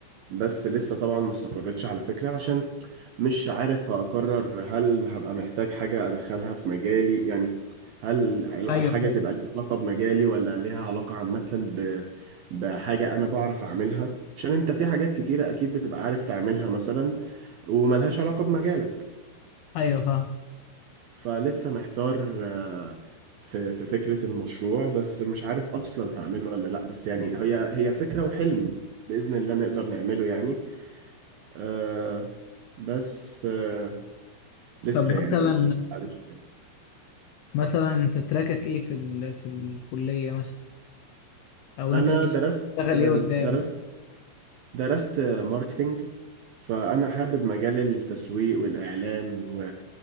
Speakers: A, on the right; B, on the left.
A: بس لسه طبعا ما استقرتش على فكرة عشان مش عارف أقرر هل هبقى محتاج حاجة أدخلها في مجالي يعني هل عل-
B: ايوه
A: حاجة
B: فاهم
A: تبقى ليها علاقة بمجالي ولا ليها علاقة عامة ب... بحاجة أنا بعرف أعملها عشان أنت في حاجات كتيرة أكيد بتبقى عارف تعملها مثلا وملهاش علاقة بمجالك
B: ايوه فاهم
A: فلسه محتار آه، في في فكرة المشروع بس مش عارف أصلا هعمله ولا لأ بس يعني هي هي فكرة وحلم بإذن الله نقدر نعمله يعني آه بس آه لسه
B: طب
A: يعني
B: مثلا
A: لسه عليه شوية.
B: مثلا انت تراكك ايه في ال... في الكليه مثلا او
A: انا
B: انت نفسك
A: درست
B: تشتغل
A: آه
B: ايه قدام
A: درست درست آه، ماركتينج فانا حابب مجال التسويق والاعلام و...